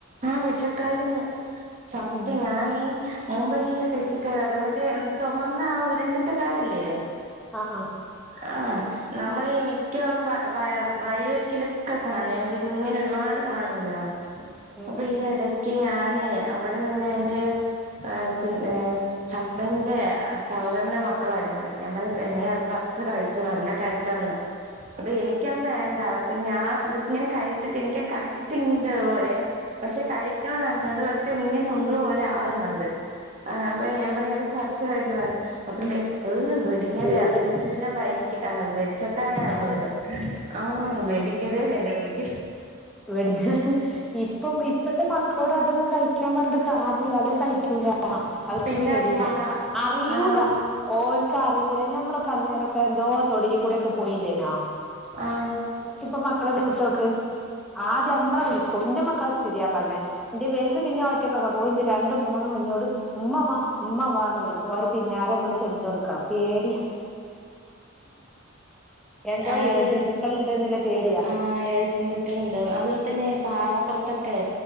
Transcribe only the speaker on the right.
ആ വിഷക്കായന്ന് സത്യം
ഞാനീ മുമ്പല്ല തെച്ചിക്കായ വഞ്ഞറ്റ ട്ട് ചുമന്ന ഉരുണ്ടിട്ട കായല്ലേ
ആ നമ്മളീ മിക്കവാറും വ വഴിവക്കിലൊക്കെ കാണ അതിങ്ങനെ ഒരുപാട് കാണുവല്ലോ
അപ്പൊ
ഈ ഇടക്ക് ഞാൻ അവിടെ നിന്ന് എന്റെ എ സ് ഹസ്ബൻന്റെ സഹോദരന്റെ മ മക്കള അടണ്ട ഞാൻപറഞ്ഞു ഇത് പറിച്ചു കഴിച്ചു നല്ല ടേസ്റ്റ് ആന്ന് അപ്പൊ എനിക്കത് വേണ്ട അപ്പൊ ഞാൻ ഇതക്ക ഇങ്ങനെ കഴിച്ചിട്ട് എനക്ക് കണ്ടിട്ട് ഇന്ത് പോരെ പക്ഷെ കഴിക്കണം ആഗ്രഹമുണ്ട് പക്ഷെ ഇങ്ങനെ ഒതുപോലെ ആകുന്നുണ്ട് അപ്പൊ ഞാൻ പറ ച്ചി കഴിച്ചത അപ്പേ <unintelligible>
അതെല്ല എല്ലാം ഭയങ്കര വെച്ചക്കായാന്നൊന്ന്
ആ വെടിങ്ങതേന്നന്നാ വിളിക്ക
പിന്നെ
പാ
ആഹ്
ആഹ്
അത്
ആ ഇഴാജന്തുക്കൾ അതുപോലെ തന്നെ പാറപ്പുറത്തൊക്കെ